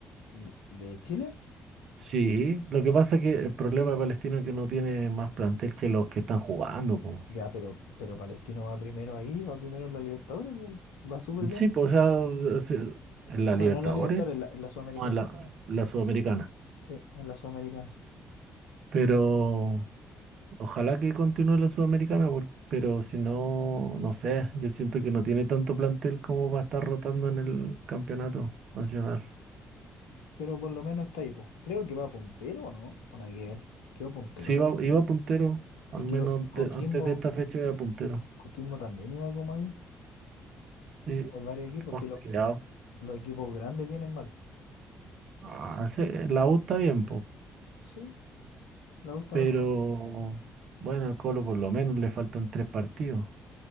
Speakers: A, on the left; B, on the right.
A: mm, ¿De Chile?
B: Sí, lo que pasa es que el problema de Palestina es que no tiene más plantel que los que están jugando. po.
A: Ya, pero, pero Palestino va primero ahí, va primero en la Libertadores, pues, va súper bien.
B: Sí, pues, o sea, se- en la
A: O sea,
B: Libertadores,
A: no en la Libertadores, en la, en la Sudamericana.
B: no, en la,
A: no.
B: la Sudamericana.
A: Sí, en la Sudamericana.
B: Pero ojalá que continúe la Sudamericana, por- pero si no, no sé, yo siento que no tiene tanto plantel como va a estar rotando en el campeonato nacional.
A: Pero por lo menos está ahí, pues. Creo que va puntero, ¿o ¿no? Con aquel. Quedó puntero
B: Sí,
A: Palestino.
B: iba, iba puntero, al
A: Y quiero,
B: menos
A: Coquimbo,
B: de- antes de esta fecha iba puntero.
A: Coquimbo también iba como ahí.
B: Sí,
A: Hay varios equipos,
B: está más
A: si los,
B: peleado.
A: los equipos grandes vienen mal.
B: Ah, sí, la U está bien, pues.
A: Sí, me gusta
B: pero
A: mejor.
B: bueno, al Colo por lo menos le faltan tres partidos.